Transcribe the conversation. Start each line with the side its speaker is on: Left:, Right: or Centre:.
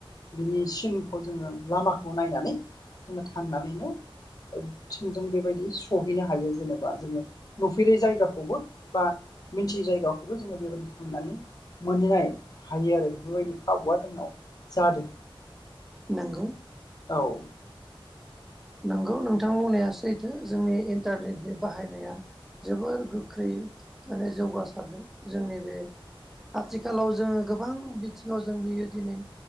Left: बिनि सिनखौ जोङो लामाखौ नायनानै जोङो थांनानैनो। थिंजों बेबायदि सहैनो हायो जेनेबा जोङो नुफेरै जायगाखौबो। बा मिथियै जायगाखौबो जोङो बेबायदि थांनानै मोनहैनाय हायो आरो बेफोरबायदि खाबुआ जोंनाव जादो
Centre: नोंगौ
Left: औ
Centre: नंगौ नोंथां बुंनाया सैथो जोंनि इन्टारनेटनि बाहायनाया जोबोर गोख्रै माने जौगासारदों जोंनि बे आथिखालाव जोङो गोबां बिथिङाव जों नुयो दिनै